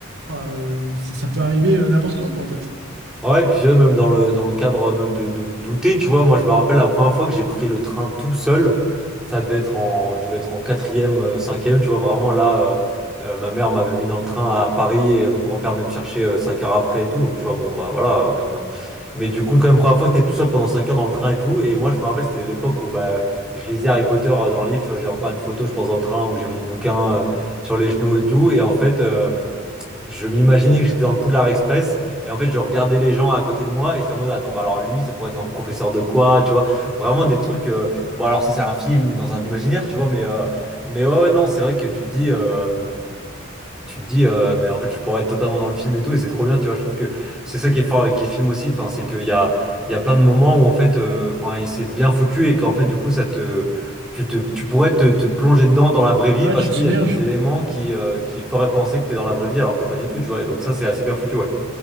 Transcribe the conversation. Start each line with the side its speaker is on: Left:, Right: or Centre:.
Right: enfin, euh, ça, ça peut arriver euh, n'importe quand quoi en fait.
Centre: Ouais, et puis euh, même dans le, dans le cadre euh, même de, de douter, tu vois, moi je me rappelle la première fois que j'ai pris le train tout seul, ça devait être en, je devais être en quatrième, euh, cinquième, tu vois, vraiment là, euh, euh, ma mère m'avait mis dans le train à Paris et mon grand-père venait me chercher euh, cinq heures après et tout, donc tu vois, bon bah voilà, euh, comme... mais du coup quand même première fois que t'es tout seul pendant cinq heures dans le train et tout, et moi je me rappelle c'était l'époque où bah je lisais Harry Potter euh, dans le livre, tu vois, j'ai encore une photo je pense dans le train où j'ai mon bouquin euh, sur les genoux et tout, et en fait euh, je m'imaginais que j'étais dans le Poudlard Express. Et en fait, je regardais les gens à côté de moi et j'étais en mode, attends, bah alors lui, ça pourrait être un professeur de quoi, tu vois? Vraiment des trucs. euh, Bon, alors ça, c'est un film ou dans un imaginaire, tu vois, mais, euh, mais ouais, ouais, non, c'est vrai que tu te dis. euh, Tu te dis, euh, mais en fait, je pourrais être totalement dans le film et tout, et c'est trop bien, tu vois. Je trouve que c'est ça qui est fort avec les films aussi, enfin, c'est qu'il y a, il y a plein de moments où, en fait, euh, enfin, et c'est bien foutu, et qu'en fait, du coup, ça te, tu te, tu pourrais te, te plonger dedans dans la vraie vie
Right: Là,
Centre: parce
Right: tu
Centre: qu'il
Right: t'immerges.
Centre: y a des éléments qui, euh, qui feraient penser que t'es dans la vraie vie alors que pas du tout, tu vois. Et donc, ça, c'est assez bien foutu, ouais.